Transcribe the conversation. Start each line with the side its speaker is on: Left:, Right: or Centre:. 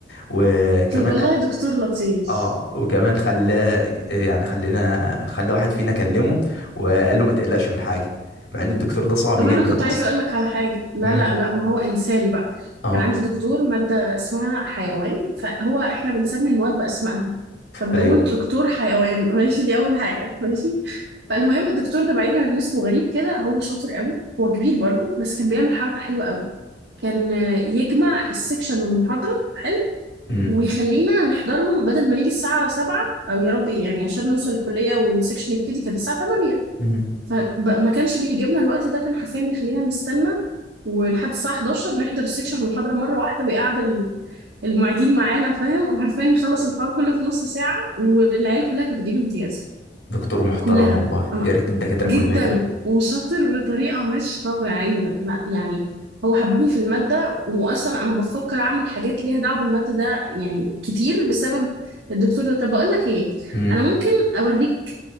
Left: وكمان
Right: طب والله دكتور لطيف
Left: اه وكمان خلاه يعني خلينا خلى واحد فينا كلمه وقال له ما تقلقش من حاجه مع ان الدكتور ده صعب
Right: طب
Left: جدا
Right: انا كنت عايزه
Left: اصلا
Right: اقول لك على حاجه لا
Left: امم
Right: لا لا ما هو انسان بقى
Left: اه
Right: كان عندي دكتور ماده اسمها حيوان فهو احنا بنسمي المواد باسمائها فبنقول
Left: ايوه
Right: دكتور حيوان <laughs> ماشي دي اول حاجه ماشي فالمهم الدكتور ده بعيدا عن اسمه غريب كده هو شاطر قوي هو كبير برضو بس كان بيعمل حركه حلوه قوي كان آه، يجمع السكشن والمحاضره حلو
Left: امم
Right: ويخلينا نحضرهم بدل ما نيجي الساعه 7 او يا ربي يعني عشان نوصل الكليه والسكشن يبتدي كانت الساعه 8
Left: امم
Right: فما كانش بيجيب لنا الوقت ده كان حرفيا بيخلينا نستنى ولحد الساعة 11 نحضر السكشن المحاضرة مرة واحدة ويقعد ال- المعيدين معانا فاهم وحرفيا يخلص الحوار كله في نص ساعة والعيال كلها كانت بتجيب امتياز
Left: دكتور محترم
Right: كلها
Left: والله
Right: انا
Left: يا ريت الدكاتره
Right: جدا
Left: كلها كده
Right: وشاطر بطريقه مش طبيعيه لا يعني هو حببني في الماده واصلا انا بفكر اعمل حاجات ليها دعوه بالماده ده يعني كتير بسبب الدكتور ده طب بقول لك ايه
Left: امم
Right: انا ممكن اوريك